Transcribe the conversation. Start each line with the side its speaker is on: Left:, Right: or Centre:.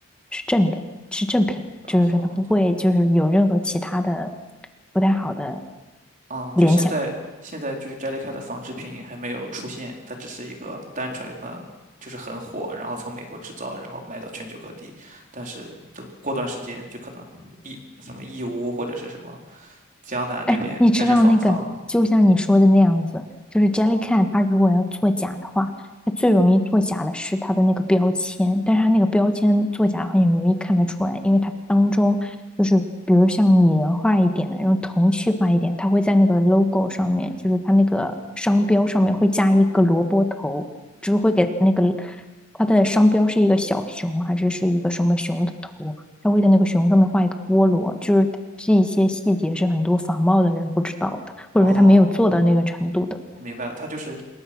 Centre: 是正的，是正品，
Right: 呃，
Centre: 就是说它不会就是有任何其他的
Right: 好的。
Centre: 不太好的
Right: 嗯，
Centre: 联想。
Right: 就现在，现在就是 Jellycat 的纺织品还没有出现，它只是一个单纯的，就是很火，然后从美国制造，然后卖到全球各地。但是等过段时间，就可能义什么义乌或者是什么江南那边开始仿造。
Centre: 哎，你知道那个，就像你说的那样子，就是 Jellycat，它如果要作假的话，它最容易作假的是它的那个标签，但是它那个标签作假很话，你容易看得出来，因为它当中就是比如像拟人化一点的，然后童趣化一点，它会在那个 logo 上面，就是它那个商标上面会加一个萝卜头，就是会给那个它的商标是一个小熊还是是一个什么熊的头，他会在那个熊上面画一个菠萝，就是这一些细节是很多仿冒的人不知道的，或者说他没有做到那个程度的。
Right: 哦，我明白了，它就是